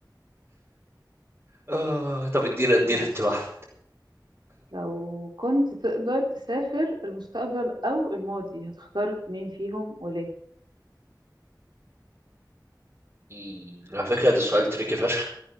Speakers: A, on the right (about 35°); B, on the right (about 85°).
A: آه طب ادينا ادينا
B: ماشي
A: انت واحدة
B: لو كنت تقدر تسافر المستقبل أو الماضي هتختار مين فيهم وليه؟
A: أمم، على فكرة ده سؤال تريكي فشخ